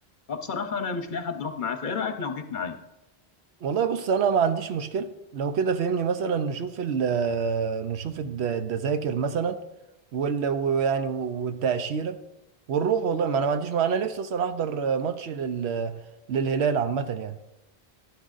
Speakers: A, on the left; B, on the right.
A: فبصراحه انا مش لاقي حد اروح معاه فايه رايك لو جيت معايا
B: والله بص انا ما عنديش مشكله لو كده فهمني مثلا نشوف ال آه، نشوف الد- التذاكر مثلا وال ويعني والتاشيره ونروح والله ما انا ما عنديش ما انا نفسي اصلا احضر ماتش لل للهلال عامه يعني